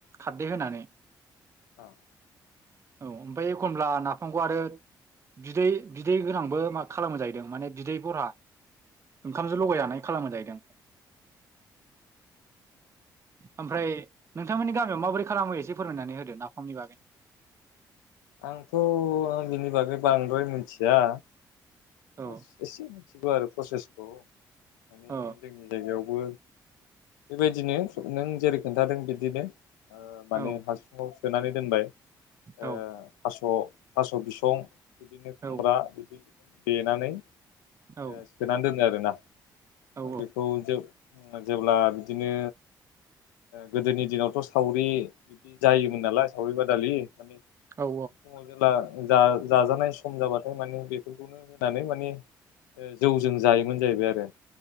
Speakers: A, on the right; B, on the left.
A: खारदै होनानै
B: <inaudible>
A: औ ओमफ्राय एखमब्ला नाफामखौ आरो बिदै बिदै गोनांबो मा खालामो जाहैदों माने बिदै बरहा ओंखामजों लगायजानाय खालामो जाहैदों।
B: <inaudible>
A: ओमफ्राय नोंथांमोननि गामियाव माबोरै खालामो एसे फोरमायनानै होदो नाफामनि बागै।
B: आंथ' बिनि बागै बांद्राय मिथिया
A: औ
B: जास एसे मिथिगौ आरो प्रसेसखौ माने
A: औ
B: जोंनि जायगायाव बो बेबायदिनो नों जेरै खोन्थादों बिदिनो ओ माने
A: औ
B: हासुङाव सोनानै दोनबाय ओ
A: औ
B: थास' थास' बिसं बिदिनो खुमब्रा
A: औ
B: बिदि देनानै ओ
A: औ
B: सोनानै दोनो आरोना ओफ्राय
A: औ
B: बेखौ जो जेब्ला बिदिनो गोदोनि दिनावथ' सावरि जायोमोन नालाय सावरि बादालि माने समाव
A: औ
B: जेला जा जाजानाय सम जाबाथाय माने बेखौ खौनो होनानै माने ओ जौजों जायोमोन जाहैबाय आरो